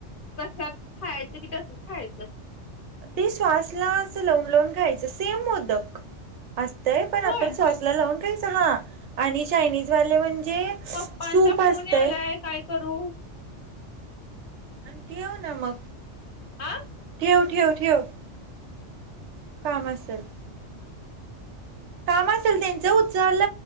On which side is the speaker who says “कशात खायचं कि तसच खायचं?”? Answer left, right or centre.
Left